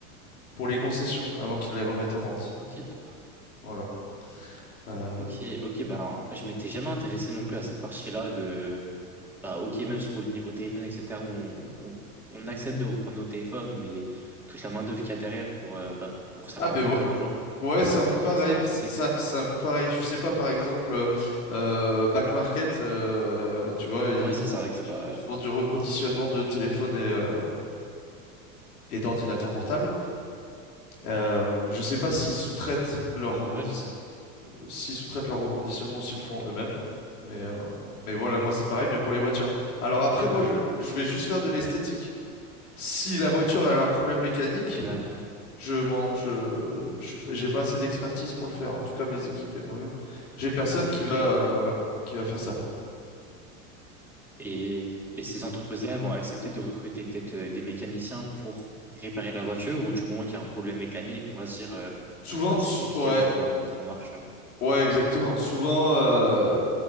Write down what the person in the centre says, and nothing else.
Ok, d'accord.
Ok, ok, bah je m'étais jamais intéressé non plus à cette partie-là de bah ok, même sur le niveau téléphone, etc. On, on, on accepte de reprendre nos téléphones, mais toute la main-d'œuvre qu'il y a derrière pour, euh, bah, pour que ça
leur
apporte
de l'argent,
c'est
vraiment
ça,
c'est un
côté
que.
Ouais,
Ouais, ça,
c'est vrai que c'est
bah.
hmm.
Mais ouais, ça.
Ok,
ok,
ouais.
Ok, d'accord.
Ok.
Et, et ces entreprises-là vont accepter de recruter peut-être euh, des mécaniciens pour réparer la voiture ou du moment qu'il y a un problème mécanique, on va se dire, euh,
bah,
c'est compliqué
en soi de la remettre en marche. euh.